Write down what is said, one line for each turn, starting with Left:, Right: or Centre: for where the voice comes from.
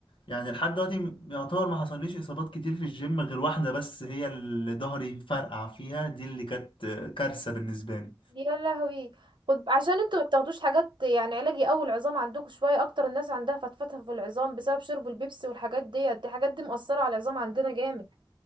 Left: يعني لحد دلوقتي يعتبر ما حصليش إصابات كتير في الجيم غير واحدة بس هي اللي ظهري فرقع فيها دي اللي كانت آه، كارثة بالنسبة لي
Right: يا لهوي خد عشان انتوا ما بتاخدوش حاجات يعني علاج يقوي العظام عندكم شويه اكتر الناس عندها فتفتة في العظام بسبب شرب البيبسي والحاجات ديت دي حاجات دي مأثره على العظام عندنا جامد